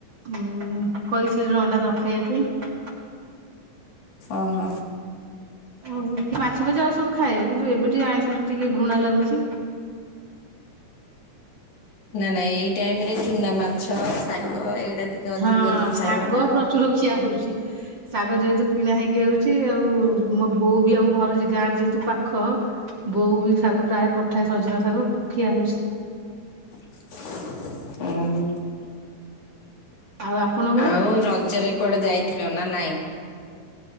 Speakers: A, on the right; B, on the left.
A: ଉମ୍ କହିଥିଲି ଯେ ଅଣ୍ଡା ନ ଖାଇବା ପାଇଁ।
B: ଓହ।
A: ଆଉ ମାଛ ଫାଛ ଆଉ ସବୁ ଖାଏ କିନ୍ତୁ ଏବେ ଟିକିଏ ଆଇଁଷଟୁ ଟିକେ ଘୃଣା ଲାଗୁଚି।
B: ନା ନାଇଁ ଏଇ ଟାଇମରେ ଚୁନାମାଛ, ଶାଗ ଏଇଟା <unintelligible>
A: ହଁ
B: ଅଧିକ
A: ଶାଗ
B: ଖାଇବ ନା
A: ପ୍ରଚୁର ଖିଆ ହଉଚି। ଶାଗ ଯେହେତୁ କିଣା ହେଇକି ଆଉଚି ଆଉ ମୋ ବୋଉ ବି ଆମ ଘର ଯେ ଗାଁ ଯେହେତୁ ପାଖ ବୋଉ ବି ଶାଗ ପ୍ରାୟ ପଠାଏ ସଜନା ଶାଗ ଖିଆ ହଉଛି।
B: ଉଁ ହୁଁ।
A: ଆଉ ଆପଣଙ୍କର
B: ଆଉ ରଜରେ କୁଆଡ଼େ ଯାଇଥିଲ ନା ନାଇଁ?